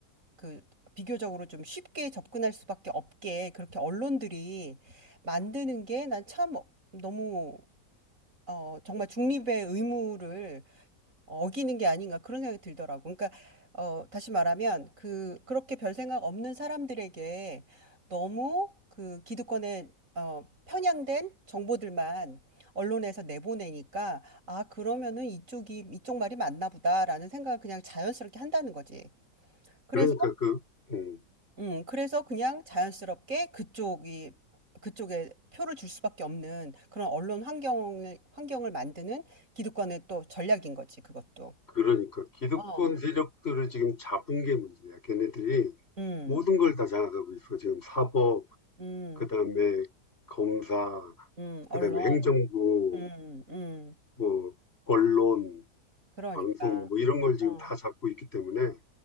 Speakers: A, on the right; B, on the left.
A: 그 비교적으로 좀 쉽게 접근할 수밖에 없게 그렇게 언론들이 만드는 게 난 참 너무 어 정말 '중립의 의무를 어, 어기는 게 아닌가.' 그런 생각이 들더라고. 그러니까 어 다시 말하면 그 그렇게 별 생각 없는 사람들에게 너무 그 기득권에 어 편향된 정보들만 언론에서 내보내니까 '아 그러면은 이쪽이 이쪽 말이 맞나 보다.'라는 생각을 그냥 자연스럽게 한다는 거지. 그래서
B: 그러니까 그, 음,
A: 음, 그래서 그냥 자연스럽게 그쪽이 그쪽에 표를 줄 수밖에 없는 그런 언론 환경을 환경을 만드는 기득권의 또 전략인 거지, 그것도.
B: 그러니까 기득권
A: 어.
B: 세력들을 지금 잡은 게 문제야. 걔네들이
A: 음.
B: 모든 걸 다 장악하고 있어. 지금 사법,
A: 음.
B: 그다음에 검사,
A: 음, 언론.
B: 그다음에 행정부,
A: 음. 음.
B: 뭐 언론,
A: 그러니까.
B: 방송 뭐 이런 걸 지금
A: 어.
B: 다 잡고 있기 때문에